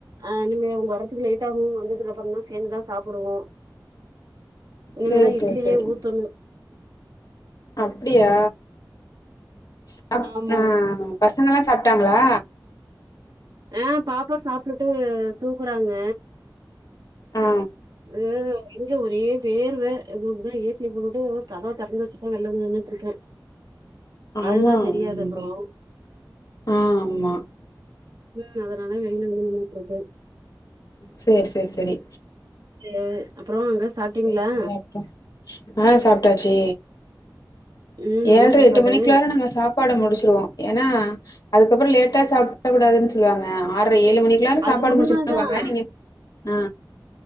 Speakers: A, on the right; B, on the left.
A: ஆ இனிமே அவங்க வர லேட் ஆகு வந்ததுக்கு அப்புறோதா சேர்ந்துதா சாப்டுவோ இனிமேதா
B: சேரி
A: இட்லியே
B: சேரி சேரி
A: ஊத்தணு
B: அப்டியா ஸ் அப்
A: ஆமா
B: ஆ பசங்கல்லா சாப்டாங்களா
A: ஆ பாப்பா சாப்டுட்டு தூங்கறாங்க
B: ஆ
A: து இங்க ஒரே வேர்வ இப்பதா ஏ சிய போடுட்டு கதவ திறந்து வெச்சுதா வெளில வந்து நின்னுட்ருக்கே
B: ஆமா
A: அழுதா தெரியாதே
B: ம்
A: ப்ரோ
B: ஆ ஆமா
A: <unintelligible> அதனால வெளில வந் நின்னுட்ருக்கே
B: சேர் சேர் சேரி
A: சே அப்புறோ அங்க சாப்டீங்ளா
B: சேரி சேரி அப்றோ ஆ சாப்டாச்சி
A: ம் என்ன
B: ஏல்ர
A: சாப்பாடு
B: எட்டு மணிக்குள்ளார நாங்க சாப் ப்பாடு முடிச்சிருவோ ஏனா அதுக்கப்புறோ லேட்டா சாப்ட கூடாதுன் சொல்லுவாங்க ஆர்ர ஏழு மணிக் எல்லாரு
A: அது
B: சாப்பாடு
A: உண்மதான்
B: முடிச் <inaudible> வாங்க நீங்க <inaudible> ஆ